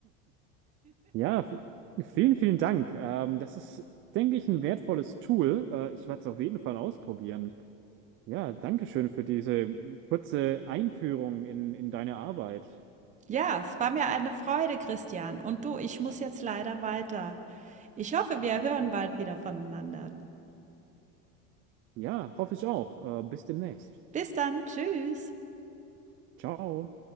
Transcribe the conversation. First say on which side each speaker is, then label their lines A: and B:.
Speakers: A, on the right; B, on the right.
A: Ja, vi- vielen, vielen Dank. Ähm, das ist, denke ich, ein wertvolles Tool. Äh, ich werde es auf jeden Fall ausprobieren. Ja, danke schön für diese kurze Einführung in, in deine Arbeit.
B: Ja, es war mir eine Freude, Christian. Und du, ich muss jetzt leider weiter. Ich hoffe, wir hören bald wieder voneinander.
A: Ja, hoffe ich auch. Äh, bis demnächst.
B: Bis dann, tschüss.
A: Ciao.